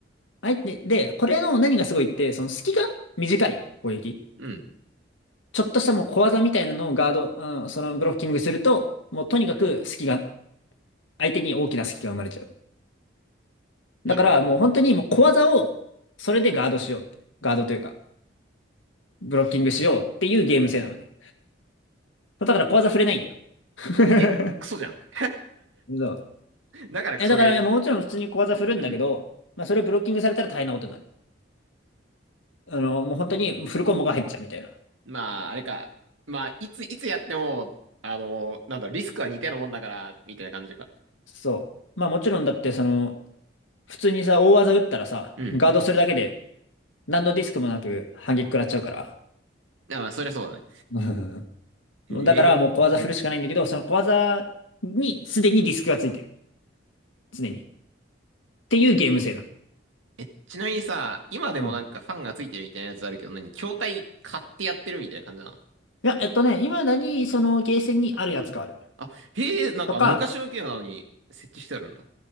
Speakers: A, on the left (about 80°); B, on the right (about 85°).
A: 相手、で、これの何がすごいって、その隙が短い攻撃。
B: うん。
A: ちょっとしたもう小技みたいなのをガード、うん、そのブロッキングすると、もうとにかく隙が、相手に大きな隙が生まれちゃう。だからもう本当にもう小技を、
B: なるほど。
A: それでガードしようって。ガードというか、ブロッキングしようっていうゲーム性なのね。だから小技振れないんだよ。<laughs>
B: え、クソじゃん。<laughs>
A: そう。
B: だからクソゲー。
A: え、だから、いや、もちろん普通に小技振るんだけど、
B: うん。
A: まあそれをブロッキングされたら大変なことになる。あの、もう本当にフルコンボが入っちゃうみたいな。
B: まあ、あれか。まあ、いつ、いつやっても、あの、なんだろう、リスクは似たようなもんだから、みたいな感じか。
A: そう。まあもちろんだってその、普通にさ、大技打ったらさ、
B: うん。
A: ガードするだけで、何のディスクもなく反撃食らっちゃうから。
B: あまあ、そりゃそうだね。
A: う
B: へえ。
A: んだからもう小技振るしかないんだけど、その小技にすでにディスクがついてる。常に。っていうゲーム性なの。
B: え、ちなみにさ、今でもなんかファンがついてるみたいなやつあるけど、
A: うん
B: 何筐体買ってやってるみたいな感じなの
A: いや、えっとね、今だにそのゲーセンにあるやつがある。
B: あ、へえ、なんか昔のゲームなのに設置してあるんだ。
A: とか、